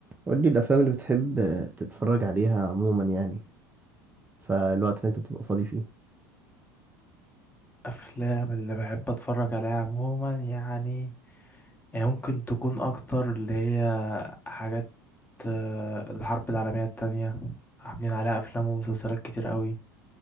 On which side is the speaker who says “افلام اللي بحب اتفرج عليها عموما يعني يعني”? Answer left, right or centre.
Left